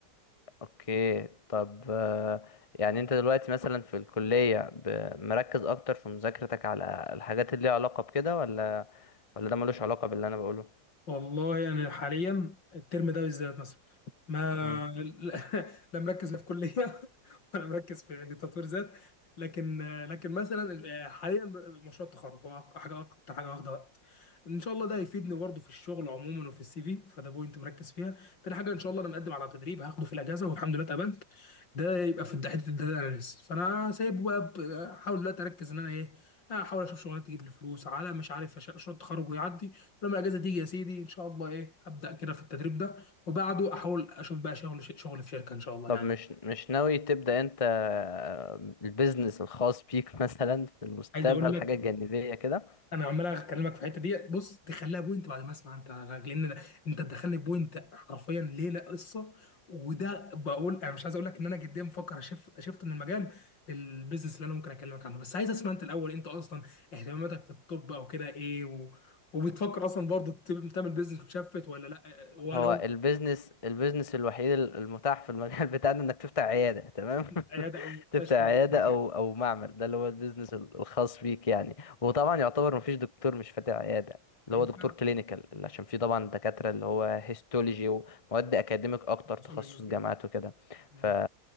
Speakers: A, on the left; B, on the left.
A: اوكي طب آه، يعني انت دلوقتي مثلا في الكلية ب- مركز اكتر في مذاكرتك على الحاجات اللي ليها علاقة بكده ولا ولا ده ملوش علاقة باللي انا بقوله
B: والله انا حاليا الترم ده بالذات مثلا ما
A: مم.
B: <laughs> لا مركز لا في كليه <laughs> ولا مركز في تطوير ذات لكن لكن مثلا حاليا مشروع التخرج هو أك- حاجه اكتر حاجه واخده وقت ان شاء الله ده هيفيدني برضه في الشغل عموما وفي السي في فده بوينت مركز فيها تاني حاجه ان شاء الله انا مقدم على تدريب هاخده في الاجازه والحمد لله اتقبلت ده يبقى في حته الداتا اناليست فانا سايبه بقى ب- احاول دلوقتي اركز ان انا ايه احاول اشوف شغلانه تجيب لي فلوس على مش عارف أش- مشروع التخرج ويعدي لما الاجازه تيجي يا سيدي ان شاء الله ايه ابدا كده في التدريب ده وبعده احاول اشوف بقى شغل شغل في شركه ان شاء الله
A: طب
B: يعني
A: مش مش ناوي تبدأ انت آه، البيزنس الخاص بيك <laughs> مثلا في المستقبل
B: عايز اقول لك
A: حاجة جانبية كده
B: انا عمال اكلمك في الحته دي بص تخليها بوينت بعد ما اسمع انت لان ده- انت تدخلني بوينت حرفيا ليله قصه وده بقول انا مش عايز اقول لك ان انا جديا بفكر اشف شفت من المجال للبيزنس اللي انا ممكن اكلمك عنه بس عايز اسمع انت الاول انت اصلا اهتماماتك في الطب او كده ايه و... وبتفكر اصلا برضه تعمل بيزنس وتشفت ولا لا ولا
A: هو البيزنس البيزنس الوحيد ال- المتاح في المجال <laughs> بتاعنا انك تفتح عيادة تمام
B: عياده
A: <laughs>
B: او مستشفى
A: تفتح عيادة
B: لو ربنا كده
A: او او معمل ده اللي هو البيزنس ال- الخاص بيك يعني وطبعا يعتبر مفيش دكتور مش فاتح عيادة اللي
B: ما ينفعش
A: هو دكتور كلينيكال عشان في طبعا دكاترة اللي هو هيستولوجي ومواد اكاديميك اكتر
B: باثولوجي
A: تخصص
B: وكده
A: جامعات وكده
B: مم.
A: ف